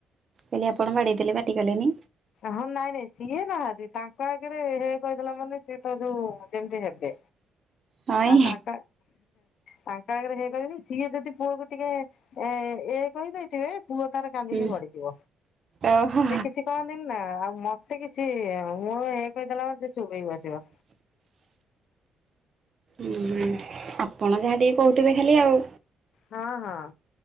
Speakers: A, on the right (about 40°); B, on the left (about 70°).
A: ବୋଲେ ଆପଣ ବାଡେଇ ଦେଲେ ପାଟି କଲେନି
B: ହଁ ନାଇଁ ନାଇଁ ସିଏ ନାହାନ୍ତି। ତାଙ୍କ ଆଗରେ ହେ କହିଦେଲାମାନେ ସିଏ ତ ଯୋଉ ଯେମିତି ହେବେ
A: ହଇ
B: ଆଉ ତାଙ୍କ ତାଙ୍କ ଆଗରେ ହେଇ କହନି ସିଏ ଯଦି ପୁଅକୁ ଟିକେ ଏ କହିଦେଇଥିବେ ପୁଅ ତାର କାନ୍ଦିକି
A: ହୁଁ
B: ଗଡିଯିବ
A: ଓହୋ
B: ସେ କିଛି କହ ଆଉ ମତେ କିଛି ମୁଁ ଇ କହିଦେଲା ସେ ଚୁପ ହେଇକି ବ।
A: ଉହୁଁ ଆପଣ ଯାହା ଟିକେ କହୁଥିବେ ଖାଲି ଆଉ।
B: ହଁ ହଁ